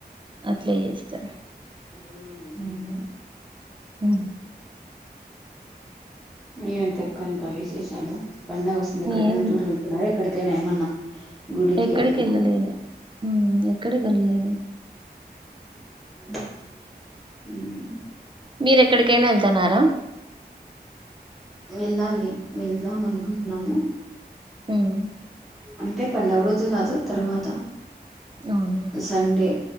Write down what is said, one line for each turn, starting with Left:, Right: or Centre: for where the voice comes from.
Right: అట్లే చేస్తాం
Centre: ఉ
Right: ఉ
Centre: ఏంటక్కా ఇంకా విశేషాలు పండగొస్తుంది ఎక్కడక్కడకైన
Right: ఏం
Centre: టూర్ వెళ్తున్నారా ఏ ఇక్కడికనా ఏమన్నా గుడికి
Right: ఎక్కడికి
Centre: అందుకు
Right: వెళ్ళలేదు ఉహ్ ఎక్కడికి ఎల్లలేదు
Centre: ఉహ్
Right: మీర ఎక్కడికైనా ఏళ్తున్నారా
Centre: వెళ్ళాలి వెళ్దాం అనుకుంటున్నాము
Right: ఉహ్
Centre: అంటే పండగ రోజు కాదు తర్వాత
Right: అవును
Centre: సండే